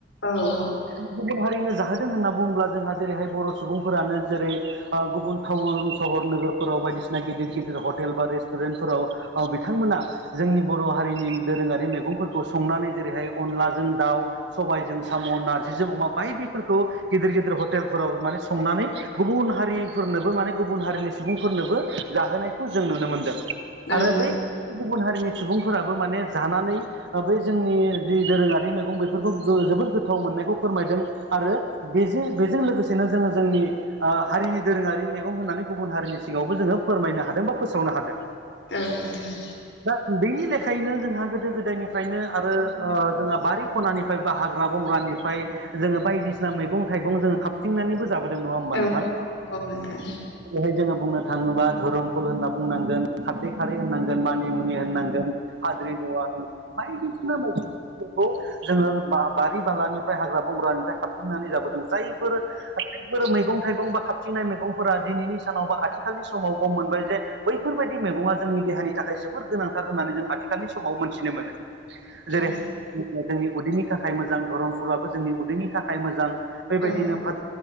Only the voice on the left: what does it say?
औ नोंथां
औ
औ नोंथां
औ नोंथां।
औ
औ
नोंथां
औ